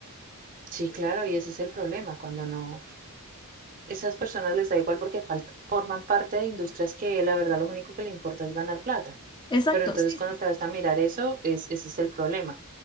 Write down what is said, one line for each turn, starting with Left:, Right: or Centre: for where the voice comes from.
Right: Sí, claro, y ese es el problema, cuando no, esas personas les da igual porque fal- forman parte de industrias que la verdad lo único que le importa es ganar plata.
Left: Exacto,
Right: Pero entonces
Left: sí,
Right: cuando
Left: sí.
Right: te vas a mirar eso, es, ese es el problema.